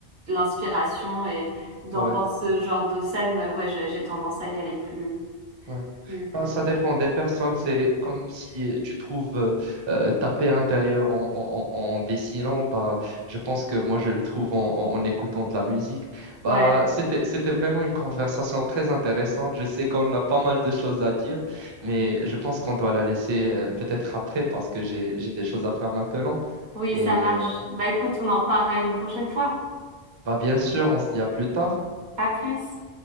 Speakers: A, on the right; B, on the right.
A: l'inspiration et dans,
B: Ouais.
A: dans ce genre de scène, euh, ouais, j'ai j'ai tendance à y aller plus,
B: Ouais.
A: plus, plus
B: Bah, ça
A: souvent.
B: dépend des personnes. C'est comme si euh, tu trouves euh, euh, ta paix intérieure en, en, en- en dessinant. Bah, je pense que moi, je le trouve en, en- en écoutant de la musique.
A: Ouais,
B: Bah, c'était, c'était vraiment une conversation très intéressante. Je sais qu'on a pas mal de choses à dire, mais je pense qu'on doit la laisser euh, peut-être après parce que j'ai, j'ai des choses à faire maintenant.
A: oui,
B: Et
A: ça marche.
B: euh,
A: Bah écoute, on en reparlera une prochaine fois.
B: bah, bien sûr, on se dit à plus tard.
A: À plus.